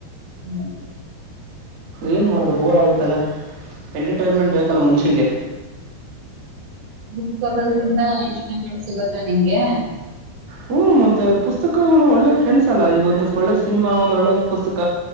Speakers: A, on the right; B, on the right.
A: ಹ್ಮ್
B: ಏನ್ ಮಾಡೋದು ಬೋರ್ ಆಗತ್ತಲ್ಲಾ ಎಂಟರ್ಟೈನ್ಮೆಂಟ್ ಬೇಕಲ್ಲ ಮನ್ಷ್ಯಂಗೆ
A: ಮುಕ್ಸೋರದಿಂದ ಆಯ <unintelligible> ಸಿಗುತ್ತ ನಿಂಗೆ?
B: ಹ್ಮ್ ಮತ್ತೆ ಪುಸ್ತಕಗಳು ಒಳ್ಳೆ ಫ್ರೆಂಡ್ಸ್ ಅಲ್ಲ. ಈ ಒಂದು ಒಳ್ಳೆ ಸಿನಿಮಾ ಒಂದ ಒಳ್ಳೆ ಪುಸ್ತಕ.